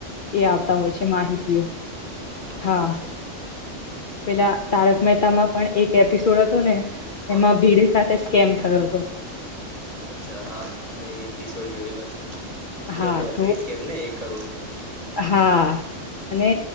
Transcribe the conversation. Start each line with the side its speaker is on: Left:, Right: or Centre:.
Left: એ આવતા હોય છે માહિતીઓ
Right: એ
Left: હા
Right: તો છે
Left: પેલા તારક મહેતામાં પણ એક એપિસોડ હતો ને
Right: હા
Left: એમાં
Right: હા
Left: ભીડે સાથે સકેમ થયો હતો.
Right: અચ્છા હા હા મેં એ એપિસોડ જોયેલો છે પેલા
Left: હા
Right: લોટરી
Left: તો
Right: સ્કેમને એક કરોડ વાળો
Left: હા અને